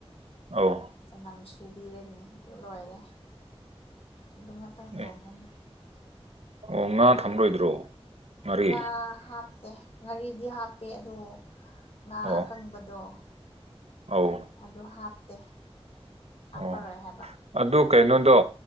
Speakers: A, on the right; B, on the left.
A: ꯑꯧ
B: ꯆꯅꯝꯁꯨ ꯁꯨꯕꯤꯔꯅꯤ ꯑꯗꯨ ꯂꯣꯏꯔꯦ ꯑꯗꯨ ꯉꯥꯛꯇꯪ ꯊꯣꯡꯉꯅꯤ
A: ꯑꯦ ꯑꯣ ꯉꯥ ꯊꯝꯂꯣꯏꯗ꯭ꯔꯣ ꯉꯥꯔꯤ
B: ꯉꯥ ꯍꯥꯞꯇꯦ ꯉꯔꯤꯗꯤ ꯍꯥꯞꯄꯦ ꯑꯗꯣ ꯉꯥ
A: ꯑꯣ
B: ꯑꯀꯪꯕꯗꯣ
A: ꯑꯧ
B: ꯑꯗꯣ ꯍꯥꯞꯇꯦ ꯍꯥꯞꯄꯔꯣꯏ
A: ꯑꯣ
B: ꯍꯥꯏꯕ
A: ꯑꯗꯨ ꯀꯩꯅꯣꯗꯣ